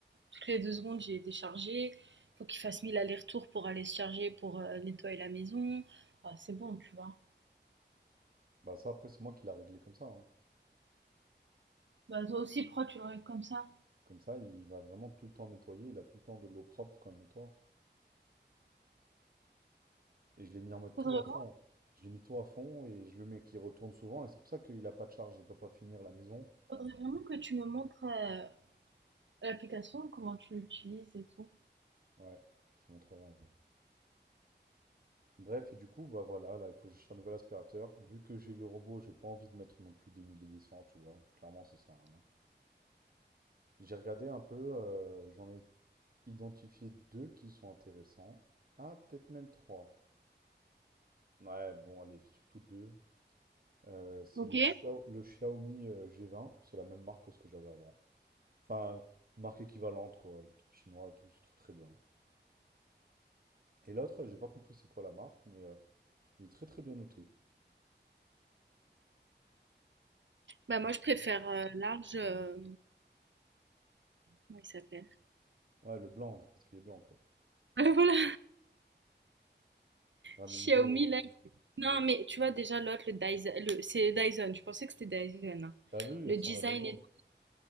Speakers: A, on the right; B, on the right.
A: toutes les deux secondes, j'ai déchargé. Faut qu'il fasse mille allers-retours pour aller se charger, pour euh, nettoyer la maison. Bah, c'est bon, tu vois.
B: Bah ça, après, c'est moi qui l'a réglé comme ça. hein.
A: Bah, toi aussi, pourquoi tu l'aurais comme ça?
B: Comme ça, il va vraiment tout le temps nettoyer, il a tout le temps de l'eau propre quand il nettoie. Et je l'ai mis en mode
A: Faudrait,
B: tout à fond. Je l'ai mis tout à fond et je le mets qui retourne souvent. Et c'est pour ça qu'il a pas de charge, il peut pas finir la maison.
A: faudrait vraiment que tu me montres euh, L'application, comment tu l'utilises et tout.
B: Ouais, je te montrerai un jour. Bref, et du coup, bah voilà, là, il faut que j'achète un nouvel aspirateur. Vu que j'ai le robot, j'ai pas envie de mettre non plus des mille et des cents, tu vois. Clairement, ça sert à rien. J'ai regardé un peu, euh, j'en ai identifié deux qui sont intéressants. Ah, peut-être même trois. Ouais, bon, allez, surtout deux. Euh, c'est
A: Ok.
B: le, Xiao- le Xiaomi euh, G20, c'est la même marque que ce que j'avais avant. Enfin, une marque équivalente, quoi, les trucs chinois et tout, c'est très très bien. Et l'autre, j'ai pas compris c'est quoi la marque, mais euh, il est très très bien noté.
A: Bah
B: Donc,
A: moi je préfère
B: voilà.
A: euh, large. euh, Comment il s'appelle?
B: ouais, le blanc, parce qu'il est blanc, quoi.
A: <laughs> Voilà.
B: Ouais,
A: Xiaomi
B: mais niveau,
A: là.
B: euh,
A: Non mais tu vois déjà l'autre le Dyson, le- c'est Dyson. Je pensais que c'était Dyson. hein.
B: t'as vu, il
A: Le
B: ressemble
A: design
B: à Dyson.
A: et tout.